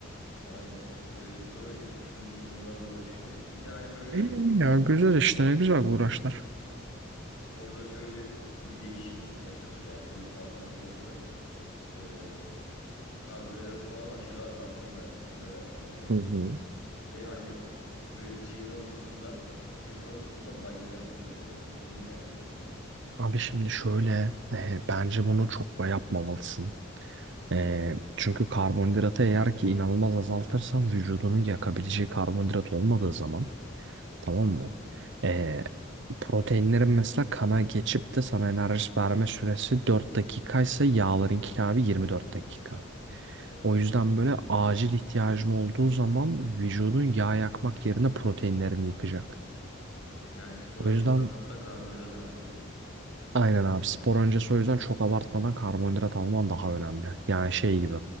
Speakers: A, on the left; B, on the right.
A: Aynen işte öyle. Şimdilik onlarla uğraşıyorum. Bir de hani böyle
B: İyi ya güzel
A: orada şey
B: işte
A: oldu.
B: ne güzel uğraşlar.
A: Sporda şöyle bir değişim yaşadım yani şöyle bir farklılık yaşadım. Ee, karbonhidratı falan aşırı azalttım ben kilo vereceğim diye.
B: Hı hı.
A: Ve hani böyle şeyin ortasında sesin ortasında bayılacak gibi oluyorum böyle bütün enerjim bitiyor.
B: Abi şimdi şöyle e, bence bunu çok da yapmamalısın. Ee, çünkü karbonhidratı eğer ki inanılmaz azaltırsan vücudunun yakabileceği karbonhidrat olmadığı zaman tamam mı? Ee, proteinlerin mesela kana geçip de sana enerji verme süresi 4 dakikaysa yağlarınki abi 24 dakika.
A: Oo.
B: O yüzden böyle acil ihtiyacın olduğu zaman vücudun yağ yakmak yerine proteinlerini yıkacak.
A: Yani spor
B: O
A: öncesi
B: yüzden
A: aslında karbonhidrat almalıyım.
B: Aynen abi spor öncesi o yüzden çok abartmadan karbonhidrat alman daha önemli. Yani şey gibi